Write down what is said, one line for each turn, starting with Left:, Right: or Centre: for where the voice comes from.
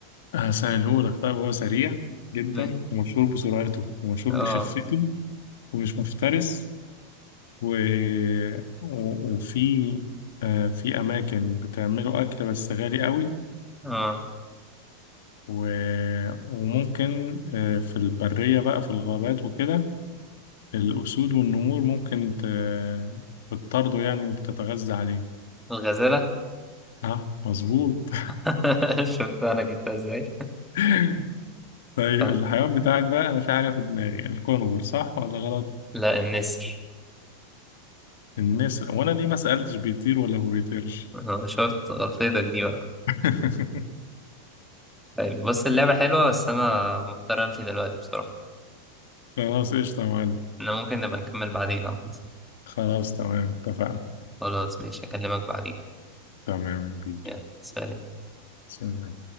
Left: هسهلهولك طيب هو سريع جدا
Centre: م-
Left: ومشهور بسرعته ومشهور
Centre: اه
Left: بخفته ومش مفترس و... و... وفي آه في أماكن بتعمله أكل بس غالي قوي
Centre: اه
Left: و... وممكن آه في البرية بقى في الغابات وكده الأسود والنمور ممكن ت... بتطارده يعني وبتتغذى عليه
Centre: الغزالة
Left: ها مظبوط
Centre: <laughs> شفت انا جبتها ازاي
Left: <laughs> طيب
Centre: ف-
Left: الحيوان بتاعك بقى انا في حاجه في دماغي الكونغر صح ولا غلط
Centre: لا النسر
Left: النسر وانا ليه ما سالتش بيطير ولا ما بيطيرش
Centre: آه، شفت غلطتك دي بقى
Left: <laughs>
Centre: طيب بص اللعبة حلوة بس انا مضطر امشي دلوقتي بصراحة
Left: خلاص قشطه يا معلم
Centre: انا ممكن نبقى نكمل بعدين عمد.
Left: خلاص تمام اتفقنا
Centre: خلاص ماشي اكلمك بعدين
Left: تمام يا كبير
Centre: يلا سلام
Left: سلام